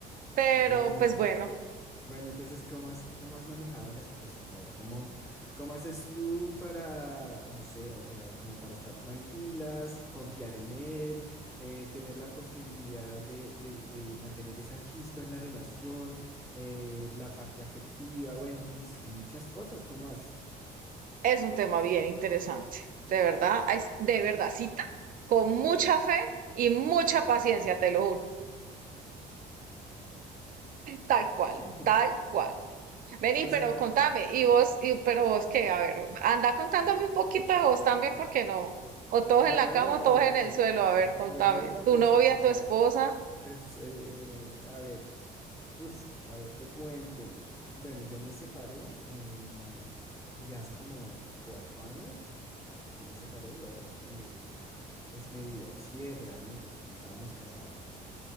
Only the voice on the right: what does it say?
Pero
pues bueno,
es un tema bien interesante. De verdad, ay, de verdad, cita, con mucha fe y mucha paciencia, te lo juro. Tal
cual, tal cual. Vení,
pero
contame, y vos, y, pero vos qué, a ver, anda contándome un poquito de vos también, porque no. O todos
en la cama o
todos
en el
suelo, a ver,
contame. Tu
novia,
tu
esposa.